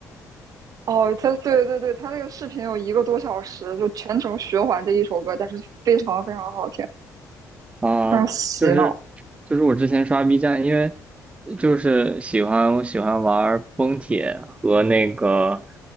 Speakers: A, on the right; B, on the right.
A: 哦，他对对对，他那个视频有一个多小时，就全程循环这一首歌，但是非常非常好听，
B: 啊，
A: 非常洗脑，
B: 就是就是我之前刷 B 站，因为就是喜欢我喜欢玩崩铁和那个